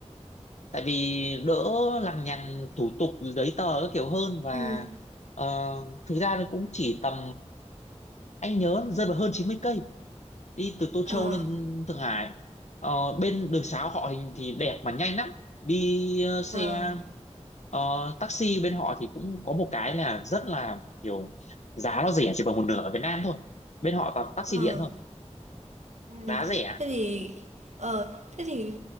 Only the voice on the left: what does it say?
tại vì đỡ lằng nhằng thủ tục giấy tờ các kiểu hơn và
ờ, thực ra nó cũng chỉ tầm anh nhớ rơi vào hơn 90 cây đi từ Tô
Châu lên Thượng Hải Ờ, bên đường sá họ hình thì đẹp mà nhanh lắm đi ờ,
xe ờ, taxi bên họ thì cũng có một cái là rất là kiểu giá nó rẻ chỉ bằng một nửa ở Việt Nam thôi bên họ toàn taxi
điện thôi
giá rẻ